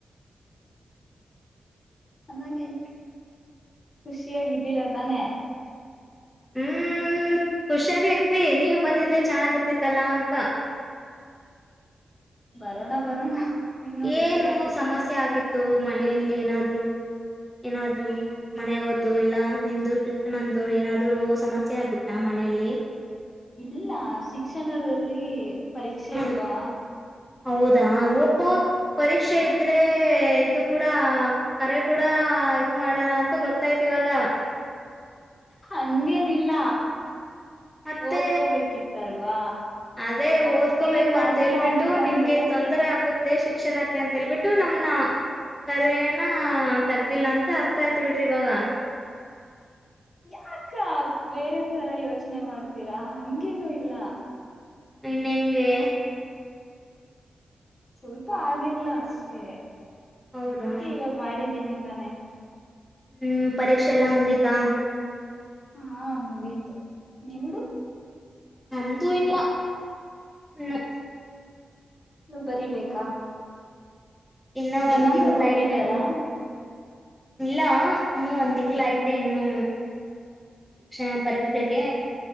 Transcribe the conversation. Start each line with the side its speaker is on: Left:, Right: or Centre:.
Left: ಚನ್ನಾಗಿ ಖುಷಿಯಾಗಿದ್ದೀರಾ ತಾನೇ?
Centre: ಹ್ಮ ಖುಷಾಗಿ ಇದ್ವಿ ನೀವ ಬಂದಿದ್ರೆ ಚೆನ್ನಾಗಿತಿತ್ತಲ್ಲಾ ಅಂತ.
Left: ಬರೋಣ ಬರೋಣ ಇನ್ನು
Centre: ಏನು
Left: ನೆಕ್ಸ್ಟ್ ಟೈಮ್.
Centre: ಸಮಸ್ಯೆ ಆಗಿತ್ತು ಮನೆಯಲ್ಲಿ ಏನಾದ್ರು ಏನಾದ್ರು ಮನೆ ಹೋತು ಇಲ್ಲ ನಿಂದು ಶಿಕ್ಷಣ ಅಂತೂ ಏನಾದ್ರು ಸಮಸ್ಯೆ ಆಗಿತ್ತ ಮನೆಯಲ್ಲಿ?
Left: ಇಲ್ಲ ಶಿಕ್ಷಣದಲ್ಲಿ ಪರೀಕ್ಷೆಯಿದ್ವಾ
Centre: ಹ್ಮ ಹೌದಾ ಹೋಗ್ ಪ ಪರೀಕ್ಷೆ ಆದ್ರೆ ಇದು ಕೂಡ ಕರೆ ಕೂಡ ಇದು ಮಾಡಲ್ಲ ಅಂತ ಗೊತ್ತಾಯ್ತು ಇವಾಗ.
Left: ಹಂಗೇನಿಲ್ಲ
Centre: ಮತ್ತೆ
Left: ಓದ್ಕೋಬೇಕಿತ್ತಲ್ವಾ
Centre: ಅದೇ
Left: ಮತ್ತೆ
Centre: ಓದ್ಕೋಬೇಕಂತ
Left: ಮಾಡೋಣ
Centre: ಹೇಳ್ಬಿಟ್ಟು
Left: ಅನ್ಕೊಂಡೆ
Centre: ನಿಮ್ಗೆ ತೊಂದರೆ ಆಗು ಅದೇ ಶಿಕ್ಷಣಕ್ಕೆ ಅಂತೇಳ್ಬಿಟ್ಟು ನಮ್ನ ಕರೇನ ತಗ್ದಿಲ್ಲ ಅಂತ ಅರ್ಥ ಆಯತಿ ಬಿಡ್ರಿ ಇವಾಗ.
Left: ಯಾಕ ಬೇರೆ ತರ ಯೋಚನೆ ಮಾಡ್ತೀರಾ ಹಂಗೇನು ಇಲ್ಲ.
Centre: ಇನ್ನೆಂಗೆ?
Left: ಸ್ವಲ್ಪ ಆಗಿರ್ಲಾ ಅಷ್ಟೇ.
Centre: ಹೌದಾ
Left: ಅದಕ್ಕೆ ಇವಾಗ ಮಾಡಿದ್ದೀನಿ. ತಾನೆ
Centre: ಹ್ಮ್ ಪರೀಕ್ಷೆ ಎಲ್ಲ ಮುಗಿತಾ?
Left: ಹಾ ಮುಗೀತು, ನಿಮ್ದು?
Centre: ನಮ್ದೂ ಇಲ್ಲ, ಹೂಂ
Left: ನೀ ಬರಿಬೇಕಾ?
Centre: ಇನ್ನ ಒಂದ್
Left: ದಿನಾಂಕ
Centre: ತಿಂಗಗಳ
Left: ಕೊಟ್ಟಿದಾರಾ
Centre: ಐತೆ ನಂಗೆ. ಇಲ್ಲ ಇನ್ನು ಒಂದ್ ತಿಂಗ್ಗಳಯ್ತೆ ಇನ್ನು. ಶಿಕ್ಷಣ ಪರೀಕ್ಷೆಗೆ.
Left: ಹ್ಮ್